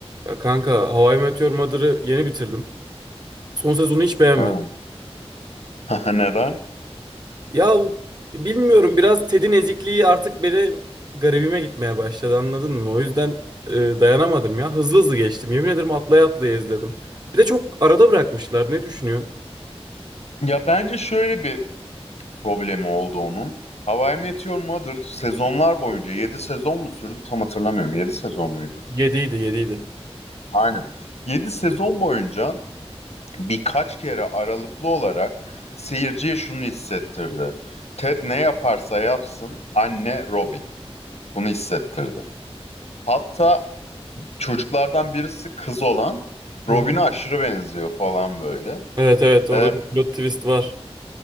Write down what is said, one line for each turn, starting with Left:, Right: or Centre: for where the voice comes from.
Right: Ya kanka How I Met Your Mother'ı yeni bitirdim. Son sezonu hiç beğenmedim.
Left: Ha. <laughs> Neden?
Right: Ya bilmiyorum biraz Ted'in ezikliği artık beni garibime gitmeye başladı anladın mı? O yüzden e, dayanamadım ya. Hızlı hızlı geçtim. Yemin ederim atlaya atlaya izledim. Bir de çok arada bırakmışlar. Ne düşünüyorsun?
Left: Ya bence şöyle bir problemi oldu onun. How I Met Your Mother sezonlar boyunca yedi sezon mu sürdü tam hatırlamıyorum. yedi sezon muydu?
Right: Yediydi yediydi.
Left: Aynen. 7 sezon boyunca birkaç kere aralıklı olarak seyirciye şunu hissettirdi. Ted ne yaparsa yapsın anne Robin. Bunu hissettirdi. Hatta çocuklardan birisi kız olan
Right: Hı
Left: Robin'e
Right: hı.
Left: aşırı benziyor falan böyle.
Right: Evet evet orada
Left: Ee,
Right: bir plot twist var.